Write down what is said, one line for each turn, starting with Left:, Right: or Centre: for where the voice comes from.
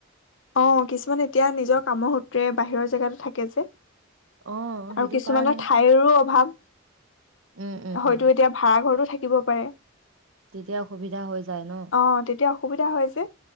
Left: অ কিছুমান এতিয়া নিজৰ কামৰ সূত্ৰে বাহিৰৰ জেগাত থাকে যে
Right: অ
Left: আৰু
Right: সেইটো
Left: কিছুমানৰ
Right: কাৰণে
Left: ঠাইৰো অভাৱ
Right: উম উম
Left: হয়তো
Right: উম
Left: এতিয়া ভাড়াঘৰতো থাকিব পাৰে
Right: তেতিয়া অসুবিধা হৈ যায় ন
Left: অ তেতিয়া অসুবিধা হয় যে